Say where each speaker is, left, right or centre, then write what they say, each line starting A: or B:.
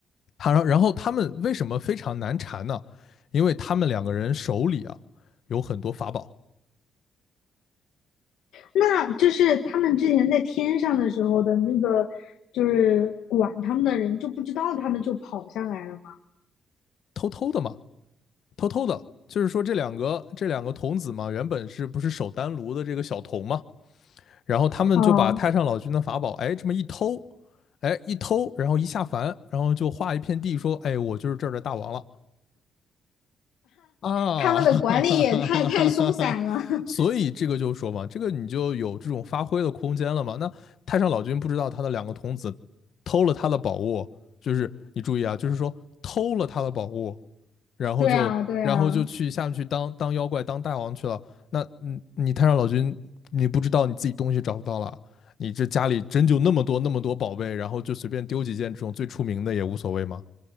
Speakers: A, on the left; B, on the left.
A: 他然后他们为什么非常难缠呢？因为他们两个人手里啊有很多法宝，
B: 那就是他们之前在天上的时候的那个，就是管他们的人就不知道他们就跑下来了吗？
A: 偷偷的嘛，偷偷的。就是说这两个这两个童子嘛，原本是不是守丹炉的这个小童嘛？然后他们就把太上老君的法宝，
B: 哦，
A: 哎，这么一偷，哎，一偷，然后一下凡，然后就画一片地，说，哎，我就是这儿的大王了。啊，
B: 他们的管理也太太松散了。
A: <laughs>
B: <laughs>
A: 所以这个就说嘛，这个你就有这种发挥的空间了嘛。那太上老君不知道他的两个童子偷了他的宝物，就是你注意啊，就是说偷了他的宝物，然后就然后就去下面去当当妖怪当大王去了。
B: 对啊，对啊，
A: 那嗯，你太上老君，你不知道你自己东西找不到了，你这家里真就那么多那么多宝贝，然后就随便丢几件这种最出名的也无所谓嘛，